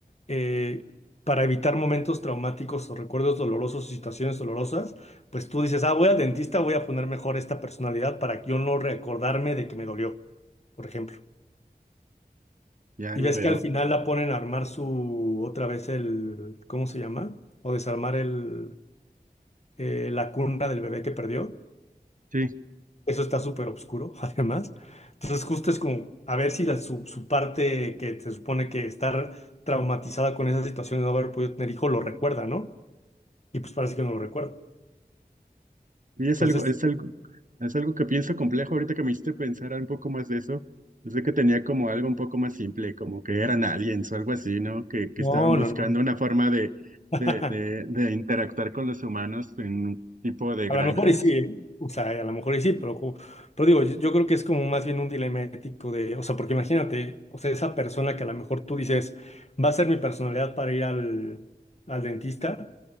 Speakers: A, on the left; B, on the right.
A: eh, para evitar momentos traumáticos o recuerdos dolorosos o situaciones dolorosas, pues tú dices, ah, voy al dentista, voy a poner mejor esta personalidad para que yo no recordarme de que me dolió, por ejemplo.
B: ya,
A: Y
B: ya
A: ves
B: veo.
A: que al final la ponen a armar su, otra vez el, ¿cómo se llama? O desarmar el, eh, la cuna del bebé que perdió.
B: Sí.
A: Eso está súper oscuro, <laughs> además. Entonces justo es como, a ver si la- su, su parte que se supone que estar traumatizada con esa situación de no haber podido tener hijo lo recuerda, ¿no? y pues parece que no lo recuerdo.
B: Y es
A: Entonces,
B: algo, es algo, es algo que pienso complejo ahorita que me hiciste pensar un poco más de eso. Es de que tenía como algo un poco más simple, como que eran aliens o algo así, ¿no? Que, que
A: no,
B: estaban buscando
A: no, no.
B: una forma de,
A: <laughs>
B: de, de, de interactuar con los humanos en un tipo de
A: A
B: granjas.
A: lo mejor y sí, ¿eh? o sea, a lo mejor y sí, pero, como- pero digo, yo, yo creo que es como más bien un dilema ético de, o sea, porque imagínate, o sea, esa persona que a lo mejor tú dices, va a ser mi personalidad para ir al, al dentista,